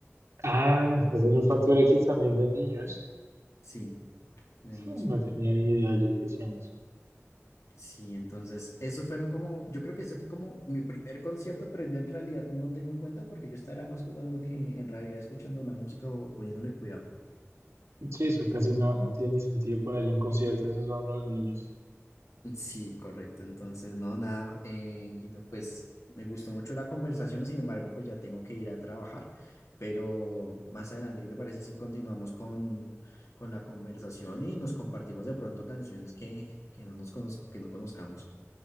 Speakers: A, on the right (about 85°); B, on the left (about 85°).
A: Ah, hacen un Factor X también de niños.
B: sí, de
A: Sí,
B: música.
A: No tenía ni idea yo que hacían eso.
B: Sí, entonces, esos fueron como, yo creo que ese fue como mi primer concierto, pero yo en realidad no tengo en cuenta porque yo estaba más jugando que en realidad escuchando la música o poniéndole cuidado.
A: Sí, eso casi no, no tiene ni sentido ponerle un concierto a esos a unos niños.
B: Sí, correcto. Entonces, no, nada, eh, Gino, pues me gustó mucho la conversación, sin embargo, pues ya tengo que ir a trabajar, pero más adelante, ¿qué te parece si continuamos con, con la conversación y nos compartimos de pronto canciones que, que no nos conoz- que no conozcamos?